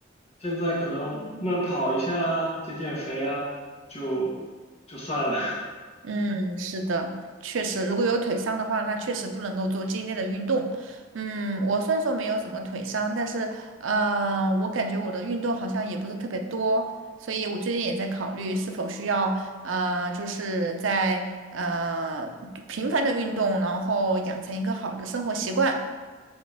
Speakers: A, on the left (about 35°); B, on the right (about 85°).
A: 现在可能慢跑一下啊减减肥啊，就就算了。<laughs>
B: 嗯，是的，确实，如果有腿伤的话，那确实不能够做激烈的运动。嗯，我虽然说没有什么腿伤，但是，嗯、我感觉我的运动好像也不是特别多，所以我最近也在考虑是否需要，呃，就是在呃频繁的运动，然后养成一个好的生活习惯。